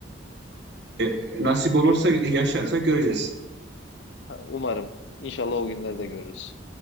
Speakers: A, on the right (about 55°); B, on the left (about 60°).
A: E, nasip olursa yaşarsak göreceğiz.
B: Ha, Umarım. İnşallah o günleri de görürüz.